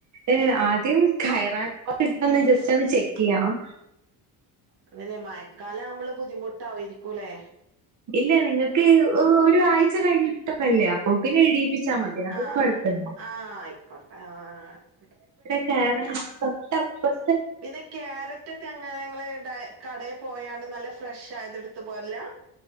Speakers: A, on the right (about 45°); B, on the right (about 75°).
A: ഏഹ് ആദ്യം കയറാൻ ഹോസ്പിറ്റലൊന്ന് ജസ്റ്റ് ഒന്ന് ചെക്കെയ്യണം.
B: ആണ് ലേ മഴക്കാലാവുമ്പളും ബുദ്ധിമുട്ടാവ്വേര്ക്കുലേ.
A: ഇല്ല നിങ്ങക്ക് ഓ ഒരു ആഴ്ച കഴിഞ്ഞിട്ടൊക്കെ അല്ലേ അപ്പൊ പിന്നെ ഇടീപ്പിച്ചാ മതി. അതൊന്നും
B: ആഹ്
A: കുഴപ്പമില്ല
B: ആഹ് ആഹ് ആയിക്കോട്ടെ ആഹ് ആയിക്കോട്ടെ.
A: കേറ് തൊട്ട് അപ്പൊർ
B: പിന്നെ ക്യാര റ്റൊക്കെ അങ്ങനെ ഇങ്ങള് ഡൈ കടേ പോയാണ്ട് നല്ല ഫ്രഷ് ആയത് ഇട്ത്ത് പോരലാ?